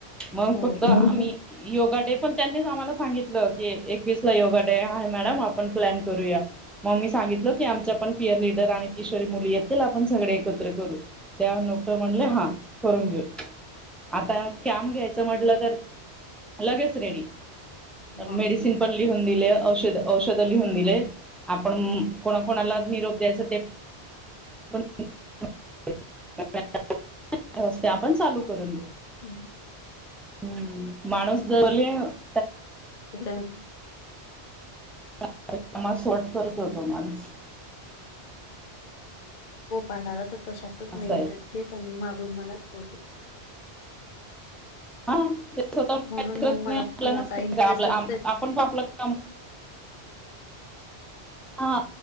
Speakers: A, in the centre; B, on the left.
A: मग
B: हो
A: फक्त
B: हो
A: आम्ही योगा डे त्यांनीच आम्हाला सांगितलं की, एकवीसला योगा डे आहे मॅडम. आपण प्लॅन करूया. मग सांगितलं की, आमचा पीयरलीडर मुली येतील आपण सगळे एकत्र करू. तेव्हा <unintelligible> म्हणले हा करून घेऊ. आता कॅम घ्यायचं म्हटलं, तर लगेच रेडी. पण
B: मग
A: मेडिसिन लिहून दिले, औषध लिहून दिले. आपण कोणाकोणाला निरोप द्यायच ते <inaudible> आपण चालू करून देऊ.
B: हम्म.
A: हम्म, माणूस <unintelligible>
B: <unintelligible>
A: <unintelligible> शॉट करतो होतो माणूस.
B: गोपाळ दादा तर कशातच
A: असं
B: नाही इंटरेस्ट
A: आहे
B: घेत आणि मागून मलाच बोलतो.
A: हा ते
B: म्हणून
A: <unintelligible>
B: मग मला पण आता इंटरेस्टच आहे
A: आपण प आपलं काम हा,